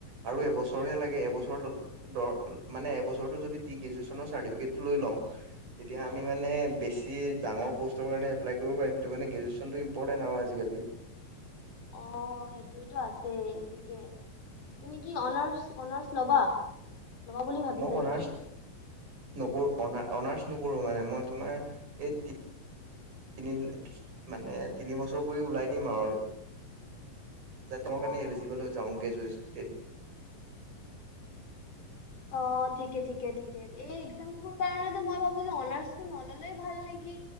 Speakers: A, on the right; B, on the left.
A: আৰু এবছৰে লাগে এবছ টোৰ দৰ মানে এবছৰত যদি গ্ৰেজুৱেচনৰ চাৰ্টিফিকেট টো লৈ লও তেতিয়া আমি মানে বেছি ডাঙৰ প'ষ্টৰ কাৰণে এপ্লাই কৰিব পাৰিম সেইটো কাৰণে গ্ৰেজুৱেচনটো ইম্পৰ্টেন্ট আৰু আজিকালি।
B: অ সেইটোতো আছেই ঠিকেই। তুমি কি অনাৰ্চ অনাৰ্চ ল'বা? ল'বা বুলি ভাবিছা
A: মই অনাৰ্চ
B: নেকি
A: নকৰো অনা অনাৰ্চ নকৰো মানে মই তোমাৰ এই তি তিনি মানে তিনি বছৰ কৰি ওলাই দিম আৰু। যাতে মোৰ
B: অ
A: কাৰণে এলিজিবল হৈ যাওঁ গ্ৰেজুৱেচ গে
B: <inaudible> অ ঠিকে ঠিকে ঠিকে এই একজামচবোৰ কাৰনে মই ভাবো যে অনাৰ্চটো নললেই ভাল নেকি? কি,